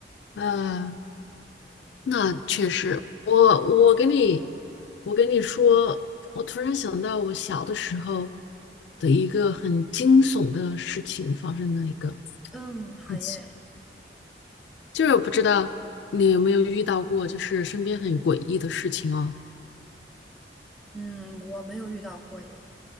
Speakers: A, on the left (about 80°); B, in the centre.
A: 啊。那确实，我我跟你，我跟你说，我突然想到我小的时候的一个很惊悚的事情发生了一个
B: 嗯，好耶。
A: 很奇，就是我不知道你有没有遇到过，就是身边很诡异的事情哦。
B: 嗯，我没有遇到过耶。